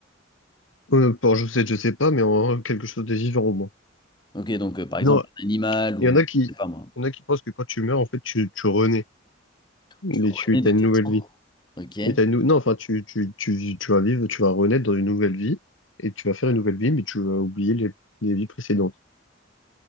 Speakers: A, on the left; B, on the left.
A: euh, bon, je sais, je sais pas, mais en, quelque chose de vivant au moins.
B: Ok, donc, euh, par exemple,
A: Non,
B: un animal
A: il
B: ou,
A: y en a qui,
B: je sais pas moi.
A: il y en a qui pensent que quand tu meurs, en fait, tu, tu renais
B: Tu
A: et
B: renais
A: tu
B: de
A: as
B: tes
A: une nouvelle
B: cendres.
A: vie.
B: Ok,
A: Et t'as une, nou- non, enfin, tu, tu, tu, vis- tu vas vivre, tu vas renaître dans une nouvelle vie et tu vas faire une nouvelle vie, mais tu vas oublier les, les vies précédentes.